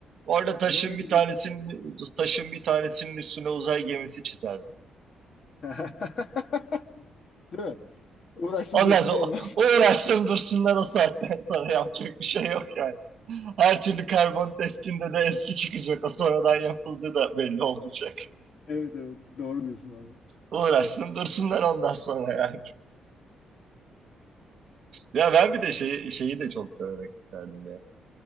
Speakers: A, on the right; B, on the left.
A: Orada taşın
B: ne, ne
A: bir
B: diyecektin
A: tanesinin
B: ki? abi?
A: taşın bir tanesinin üstüne uzay gemisi çizerdim.
B: <laughs> Değil mi? Uğraşsın
A: Ondan
B: dursunlar
A: sonra o
B: onlar.
A: o uğraşsın
B: <laughs>
A: dursunlar o saatten sonra yapacak bir şey yok yani. Her türlü karbon testinde de eski çıkacak. O sonradan yapıldığı da belli olmayacak.
B: Evet evet doğru diyorsun abi.
A: Uğraşsın dursunlar ondan sonra yani. Ya ben bir de şeyi, şeyi de çok denemek isterdim ya.